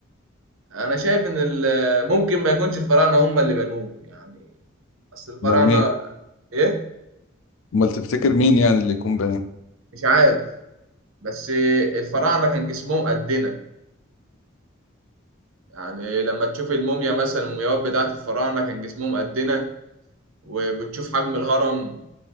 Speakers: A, on the right; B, on the left.
A: أنا شايف إن ال- ممكن ما يكونش الفراعنة هم اللي بنوه يعني أصل الفراعنة
B: امال مين
A: إيه؟
B: امال تفتكر مين يعني اللي يكون بني
A: مش عارف بس الفراعنة كان جسمهم قدنا يعني لما تشوف الموميا مثلا المومياوات بتاعت الفراعنة كان جسمهم قدنا وبتشوف حجم الهرم